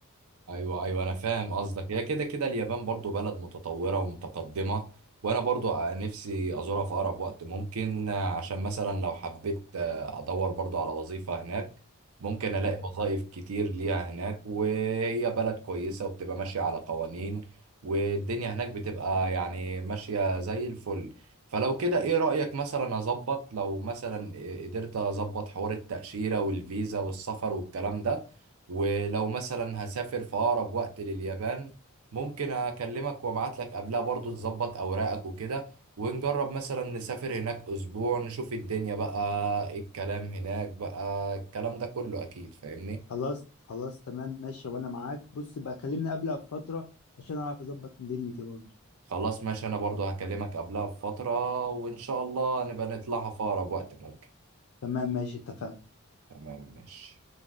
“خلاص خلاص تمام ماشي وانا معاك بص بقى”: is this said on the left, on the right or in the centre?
Left